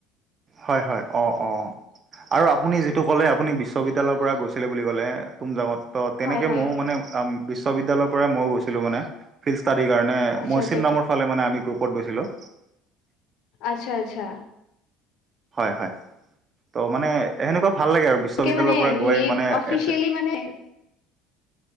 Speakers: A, on the right (about 25°); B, on the left (about 60°).
A: হয় হয় অ অ আৰু আপুনি যিটো ক'লে আপুনি বিশ্ববিদ্যালয়ৰ পৰা গৈছিলে বুলি ক'লে তুমজাঙত ত তেনেকে
B: হয় হয়
A: মইও মানে অম বিশ্ববিদ্যালয়ৰ পৰাই মইও গৈছিলো মানে ফিল্ড ষ্টাডিৰ কাৰণে
B: আচ্ছা
A: মৌচিনৰামৰ
B: আচ্ছা
A: ফাল মে আমি গ্ৰুপত গৈছিলোঁ
B: আচ্ছা আচ্ছা
A: হয় হয় ত' মানে সেনেকুৱা ভাল লাগে আৰু বিশ্ববিদ্যালয়ৰ
B: তাকে মানে
A: পৰা
B: হেৰি
A: গৈ মানে
B: অফিচিয়েলি
A: এক
B: মানে